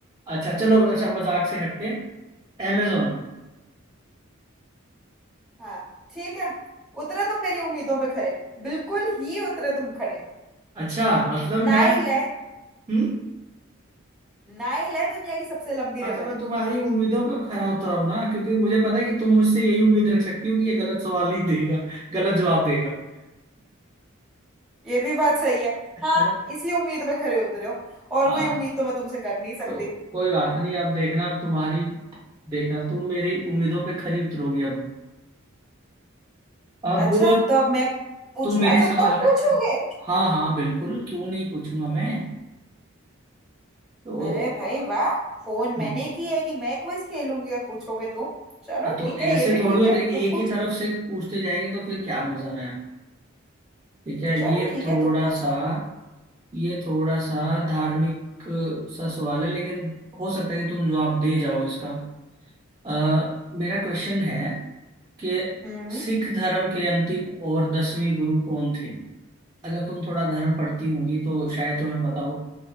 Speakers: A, on the right; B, in the centre.
A: अच्छा चलो अच्छा मजाक से हटके amazon
B: हाँ ठीक है उतरे तुम मेरी उम्मीदों पे खरे बिल्कुल ही उतरे तुम खड़े
A: अच्छा मतलब
B: नाइल
A: मैं
B: है
A: हम्म
B: नाइल है दुनिया की सबसे लंबी
A: मतलब
B: रिवर
A: मैं तुम्हारी उम्मीदों पे खरा उतरा हूं ना क्योंकि मुझे पता है कि तुम मुझसे यही उम्मीद रख सकती हो कि ये गलत सवाल ही देगा गलत जवाब देगा <laughs>
B: ये भी बात सही है
A: है
B: हाँ
A: ना
B: इसी उम्मीद पे खरे उतरे हो और
A: हाँ
B: कोई उम्मीद तो मैं तुमसे कर नहीं सकती
A: तो कोई बात नहीं अब देखना अब तुम्हारी देखना तुम मेरी उम्मीदों पे खरी उतरोगी अब अब
B: अच्छा तो अब मैं पूछू
A: तुम मेरे
B: अच्छा
A: सवाल
B: तुम
A: का
B: पूछोगे
A: हाँ हाँ बिल्कुल क्यों नहीं पूछूंगा मैं तो
B: अरे भाई वाह फोन
A: हम्म,
B: मैंने की है कि मैं क्विज खेलूंगी और पूछोगे तुम चलो
A: हाँ, तो
B: ठीक
A: ऐसे
B: है ये भी
A: थोड़ी
B: ठीक
A: होता
B: है
A: है एक
B: तुम पूछ
A: ही तरफ से पूछते जाएंगे तो फिर क्या मजा आया ठीक है
B: चलो
A: ये
B: ठीक
A: थोड़ा
B: है तुम पूछो
A: सा ये थोड़ा सा धार्मिक सा सवाल है लेकिन हो सकता है कि तुम जवाब दे जाओ इसका अ, मेरा क्वेश्चन है कि
B: हम्म
A: सिख धर्म के अंतिम और दसवीं गुरु कौन थे अगर तुम थोड़ा धर्म पढ़ती होगी तो शायद तुम्हें पता हो